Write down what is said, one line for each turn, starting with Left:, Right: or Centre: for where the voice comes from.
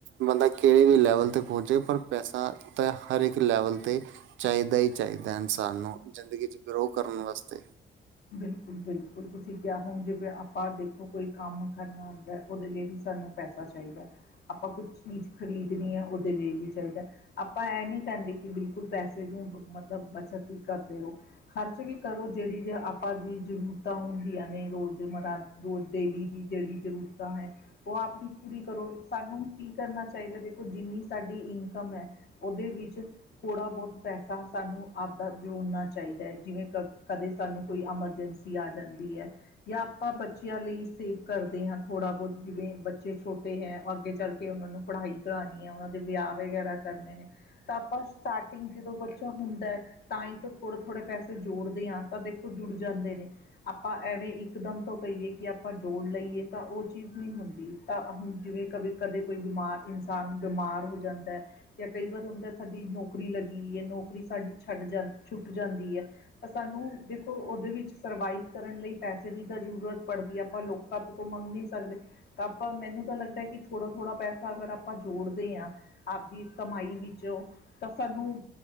Right: ਬੰਦਾ ਕੇੜੇ ਵੀ ਲੈਵਲ ਤੇ ਪਹੁੰਚੇ ਪਰ ਪੈਸਾ ਤਾਂ ਹਰ ਇੱਕ ਲੈਵਲ ਤੇ ਚਾਈਦਾ ਈ ਚਾਈਦੈ ਇਨਸਾਨ ਨੂੰ ਜ਼ਿੰਦਗੀ ਚ ਗਰੋਹ ਕਰਨ ਵਾਸਤੇ।
Left: ਬਿਲਕੁਲ-ਬਿਲਕੁਲ, ਤੁਸੀਂ ਕਿਆ ਹੁਣ ਜਿਵੇ ਅਪਾਂ ਦੇਖੋ ਕੋਈ ਕੰਮ ਕਰਨਾ ਹੁੰਦੈ, ਓਦੇ ਲਈ ਵੀ ਸਾਨੂੰ ਪੈਸਾ ਚਾਈਦਾ ਆਪਾਂ ਕੁਛ ਚੀਜ਼ ਖ਼ਰੀਦਣੀ ਐ ਓਦੇ ਲਈ ਵੀ ਚਾਹੀਦੈ‌। ਆਪਾਂ ਐਹ ਨੀ ਕੈੰਦੇ ਕਿ ਬਿਲਕੁਲ ਪੈਸੇ ਦੀ ਬ ਮਤਲਬ ਬੱਚਤ ਹੀ ਕਰਦੇ ਰੋ। ਖਰਚ ਵੀ ਕਰੋ ਜੇੜੀ ਜੇ ਅਪ ਪਾ ਜੀ ਜ਼ਰੂਰਤਾਂ ਹੁੰਦੀਆਂ ਨੇ ਰੋਜ਼ਮਰਾ ਰੋਜ ਡੇਲੀ ਦੀ ਜੇੜੀ ਜ਼ਰੂਰਤਾਂ ਹੈ। ਓ ਆਪ ਦੀ ਪੂਰੀ ਕਰੋ ਸਾਨੂੰ ਕੀ ਕਰਨਾ ਚਾਹੀਦੈ ਦੇਖੋ ਜਿੰਨੀ ਸਾਡੀ ਇਨਕਮ ਐ ਓਦੇ ਵਿੱਚ ਥੋੜਾ ਬੌਤ ਪੈਸਾ ਸਾਨੂੰ ਆਪਦਾ ਜੋੜਨਾ ਚਾਹੀਦੈ ਜਿਵੇਂ ਕਦ ਕਦੇ ਸਾਨੂੰ ਕੋਈ ਐਮਰਜੈਂਸੀ ਆ ਜਾਂਦੀ ਐ। ਯਾ ਆਪਾਂ ਬੱਚਿਆਂ ਲਈ ਸੇਵ ਕਰਦੇ ਹਾਂ ਥੋੜ੍ਹਾ ਬੌਤ ਜਿਵੇਂ ਬੱਚੇ ਛੋਟੇ ਹੈ, ਅੱਗੇ ਚੱਲ ਕੇ ਓਨਾਂ ਨੂੰ ਪੜ੍ਹਾਈ ਕਰਾਣੀ ਐ, ਓਨਾਂ ਦੇ ਵਿਆਹ ਵਗੈਰਾ ਕਰਨੇ ਨੇ। ਤਾਂ ਆਪਾਂ ਸਟਾਟਿੰਗ ਜਦੋਂ ਬੱਚਾ ਹੁੰਦੈ ਤਾਂ ਈ ਤ ਥੋੜੇ-ਥੋੜੇ ਪੈਸੇ ਜੋੜਦੇ ਆਂ, ਤਾਂ ਦੇਖੋ ਜੁੜ ਜਾਂਦੇ ਨੇ। ਆਪਾਂ ਐਵੇਂ ਇਕਦਮ ਤੋਂ ਕਈਏ ਕਿ ਆਪਾਂ ਜੋੜ ਲਈਏ ਤਾਂ ਓ ਚੀਜ਼ ਨੀ ਹੁੰਦੀ। ਤਾਂ ਹੁਣ ਜਿਵੇਂ ਕਦੇ-ਕਦੇ ਕੋਈ ਬਿਮਾਰ ਇਨਸਾਨ ਬਿਮਾਰ ਹੋ ਜਾਂਦੈ ਜਾਂ ਕਈ ਵਾਰ ਹੁੰਦੈ ਸਾਡੀ ਨੌਕਰੀ ਲੱਗੀ ਵੀਈ ਐ, ਨੌਕਰੀ ਸਾਡੀ ਛੱਡ ਜਾਂ ਛੁੱਟ ਜਾਂਦੀ ਐ। ਤਾਂ ਸਾਨੂੰ ਦੇਖੋ ਓਦੇ ਵਿੱਚ ਸਰਵਾਈਵ ਕਰਨ ਲਈ ਪੈਸੇ ਦੀ ਤਾਂ ਜ਼ਰੂਰਤ ਪੜਦੀ ਐ, ਆਪਾਂ ਲੋਕਾਂ ਤੋਂ ਤਾਂ ਮੰਗ ਨੀ ਸਕਦੇ। ਤਾਂ ਆਪਾਂ ਮੈਨੂੰ ਤਾਂ ਲੱਗਦੈ ਕਿ ਥੋੜਾ-ਥੋੜ੍ਹਾ ਪੈਸਾ ਅਗਰ ਅਪਾਂ ਜੋੜਦੇ ਆਂ। ਆਪਦੀ ਕਮਾਈ ਵਿੱਚੋ ਤਾਂ ਸਾਨੂੰ